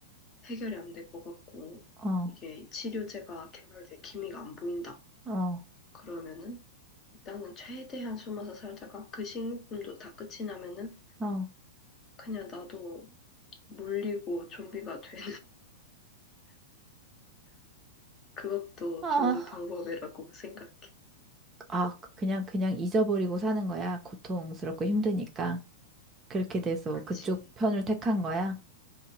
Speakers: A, on the left (about 30°); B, on the right (about 25°).
A: 해결이 안 될 것 같고
B: 어,
A: 이게 치료제가 개발될 기미가 안 보인다.
B: 어,
A: 그러면은 일단은 최대한 숨어서 살다가 그 식료품도 다 끝이 나면은
B: 어,
A: 그냥 나도 물리고 좀비가 돼. 그것도
B: 아,
A: 좋은 방법이라고 생각해.
B: 아, 그냥, 그냥 잊어버리고 사는 거야. 고통스럽고 힘드니까. 그렇게 돼서
A: 그치,
B: 그쪽 편을 택한 거야.